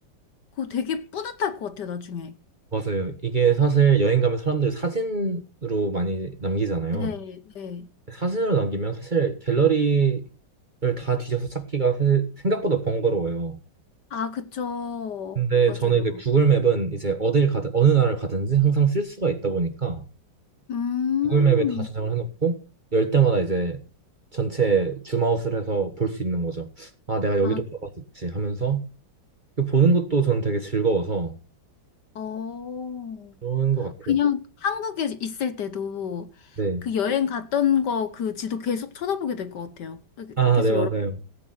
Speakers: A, on the left; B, on the right.
A: 그거 되게 뿌듯할 것 같아요, 나중에.
B: 맞아요. 이게 사실 여행 가면 사람들이 사진으로 많이 남기잖아요.
A: 네, 네.
B: 사진으로 남기면 사실 갤러리를 다 뒤져서 찾기가 사실 생각보다 번거로워요.
A: 아, 그쵸.
B: 근데
A: 맞아요.
B: 저는 이제 구글 맵은 이제 어딜 가든 어느 나라를 가든지 항상 쓸 수가 있다 보니까
A: 음,
B: 구글 맵에 다 저장을 해놓고 열 때마다 이제 전체 줌아웃을 해서 볼 수 있는 거죠. 아, 내가 여기도
A: 아,
B: 가봤었지 하면서 그 보는 것도 저는 되게 즐거워서
A: 어.
B: 그런 것 같아요.
A: 그냥 한국에 있을 때도
B: 네.
A: 그 여행 갔던 거 그 지도 계속 쳐다보게 될 것 같아요. 그
B: 아,
A: 계속
B: 네, 맞아요.
A: 여러